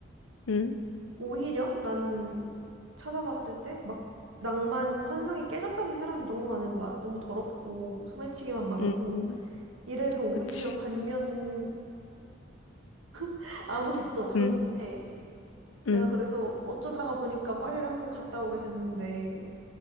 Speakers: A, on the left; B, on the right.
A: 응,
B: 오히려 나는 찾아봤을 때 막 낭만 환상이 깨졌다는 사람이 너무 많은 거야. 너무 더럽고 소매치기만 많고
A: 응, 응.
B: 이래서 오히려
A: 그치.
B: 반면적으로 <laughs> 아무 기대도 없었는데
A: 응,
B: 내가
A: 응,
B: 그래서 어쩌다가 보니까 파리를 한번 갔다 오게 됐는데